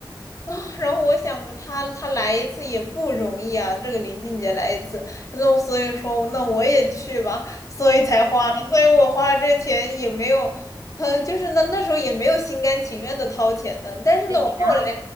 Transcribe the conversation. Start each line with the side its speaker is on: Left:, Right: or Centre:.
Left: 啊，然后我想着他他来一次也不容易啊，这个林俊杰来一次，那我所以说那我也去吧，所以才花了，所以我花这钱也没有，嗯，就是那那时候也没有心甘情愿的掏钱的，但是呢，
Right: 对，
Left: 我后来，
Right: 然后